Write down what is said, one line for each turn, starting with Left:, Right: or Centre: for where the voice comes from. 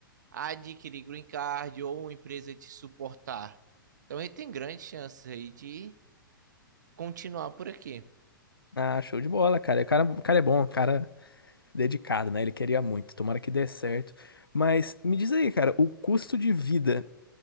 Right: a adquirir green card ou uma empresa te suportar. Então, ele tem grandes chances aí de continuar por aqui.
Left: Ah, show de bola, cara. O cara, o cara é bom, o cara é dedicado, né? Ele queria muito. Tomara que dê certo. Mas me diz aí, cara, o custo de vida